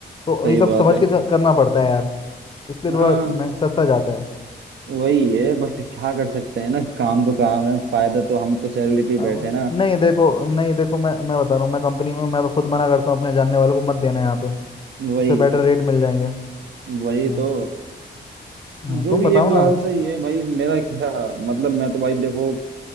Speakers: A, on the left (about 30°); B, on the right (about 75°).
A: तो
B: सही
A: ये सब
B: बात
A: समझ
B: है
A: के च- करना पड़ता है यार इसलिए
B: हाँ
A: थोड़ा महंग सस्ता जाता है
B: वही है बट क्या कर सकते हैं ना काम तो काम है फायदा तो हम तो सैलरी पे ही
A: अब
B: बैठे हैं ना
A: नहीं देखो नहीं देखो मैं मैं बता रहा हूँ मैं कंपनी में हूँ, मैं तो खुद मना करता हूँ अपने जानने वालों को मत देना यहाँ पे
B: वही
A: उससे बेटर रेट मिल जाएंगे हाँ
B: वही तो
A: हाँ
B: जो
A: तुम
B: भी
A: बताओ
B: ये फिलहाल
A: ना
B: सही है भाई मेरा <laughs> क्या मतलब मैं तो भाई देखो